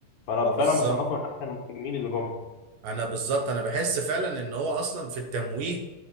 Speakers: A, on the left (about 65°); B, on the right (about 70°).
A: فانا
B: اه بالظبط
A: فعلا بصنفه من احسن المهاجمين اللي جم
B: انا بالظبط انا بحس فعلا ان هو اصلا في التمويه